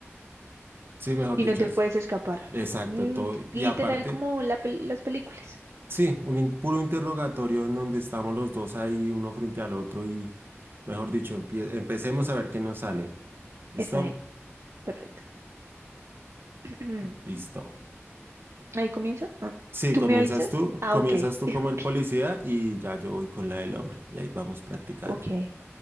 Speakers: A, on the right; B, on the right.
A: Sí, mejor
B: y
A: dicho,
B: no te
A: es-
B: puedes escapar.
A: exacto,
B: Mm,
A: todo. Y
B: literal
A: aparte,
B: como la pel- las películas.
A: Sí, un in- puro interrogatorio en donde estamos los dos ahí, uno frente al otro y, mejor dicho, empie- empecemos a ver qué nos sale. ¿Listo?
B: Está bien, perfecto. <clears throat>
A: Listo.
B: Ahí comienzo. Ah,
A: Sí,
B: ¿tú
A: comienzas
B: me avisas?
A: tú,
B: Ah,
A: comienzas
B: ok.
A: tú
B: <laughs>
A: como el
B: Ok.
A: policía y ya yo voy con la del hombre y ahí vamos practicando.
B: Ok.